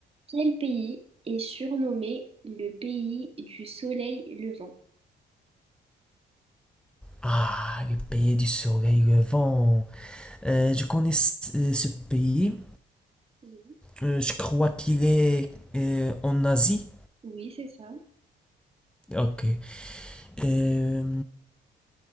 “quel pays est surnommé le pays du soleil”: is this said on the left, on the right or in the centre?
Right